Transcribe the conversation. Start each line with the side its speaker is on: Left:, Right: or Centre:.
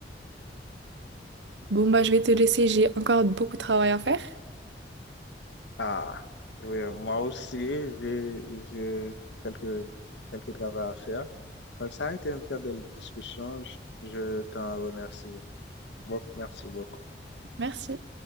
Right: Bon, bah, je vais te laisser, j'ai encore beaucoup de travail à faire.
Left: Ah, oui, moi aussi, j'ai j'ai quelques, quelques travaux à faire. Donc, ça a été une très belle discussion. Je, je t'en remercie. Bon, merci beaucoup.
Right: Merci.